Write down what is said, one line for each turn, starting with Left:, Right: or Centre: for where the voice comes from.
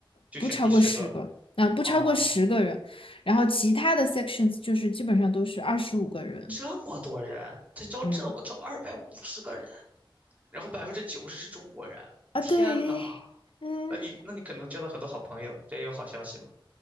Right: 就选第十个
Left: 不超过十个，啊、
Right: 哦，
Left: 不超过十个人，然后其他的 sections 就是基本上都是二十五个人
Right: 这么多人，他招这么招二百五十个人，
Left: 嗯，
Right: 然后百分之九十是中国人，
Left: 啊，
Right: 天呐，
Left: 对，嗯
Right: 那你那你可能交到很多好朋友，这也有好消息嘛。